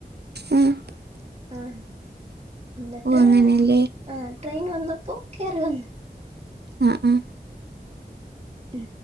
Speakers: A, on the right (about 80°); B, on the right (about 40°).
A: ഉം
B: ആഹ് എന്നിട്ട്
A: ഓഹ് അങ്ങനെയല്ലേ
B: ആ ട്രെയിൻ വന്നപ്പോൾ കേറി വന്നു
A: ആഹ് ആഹ്
B: ഉം